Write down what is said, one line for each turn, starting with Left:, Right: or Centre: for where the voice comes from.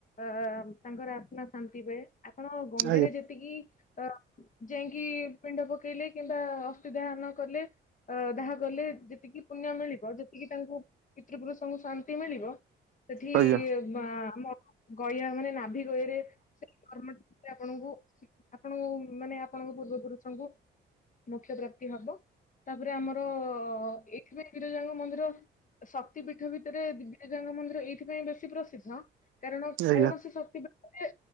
Left: ଆଃମ୍ ତାଙ୍କର ଆତ୍ମା ଶାନ୍ତି ପାଏ। ଆ ଆପଣ ଗଙ୍ଗାରେ
Right: ଆଜ୍ଞା
Left: ଯେତିକି ଆଁ ଯାଇଁ କି ପିଣ୍ଡ ପକେଇଲେ କିମ୍ବା ଅସ୍ଥି ଦାନ କଲେ ଅଁ ଦାହ କଲେ ଯେତିକି ପୁଣ୍ୟ ମିଳ୍ ଳିବ ଯେତିକି ତାଙ୍କୁ ପିତୃପୁରୁଷଙ୍କୁ ଶାନ୍ତି ମିଳିବ ସେଇଠି
Right: ଆଜ୍ଞା
Left: ଆଁ ଆମ ଗୟା ମାନେ ନାଭି ଗୟାରେ ସେ କର୍ମ ଟା ଆପଣଙ୍କୁ ଆପଣଙ୍କୁ ମାନେ ଆପଣଙ୍କ ପୂର୍ବ ପୁରୁଷଙ୍କୁ ମୋକ୍ଷ ପ୍ରାପ୍ତି ହବ। ତା ପରେ ଆମର ଏଇ ଏଥିପାଇଁ ବିରଜାଙ୍କ ମନ୍ଦିର ଶକ୍ତି ପୀଠ ଭିତେରେ ଦିବ୍ ବିରଜାଙ୍କ ମନ୍ଦିର ଏଇଥିପାଇଁ ବେଶୀ ପ୍ରସିଦ୍ଧ କାରଣ
Right: ଆଜ୍ଞା
Left: କୌଣସି ଶକ୍ତି ପୀଠରେ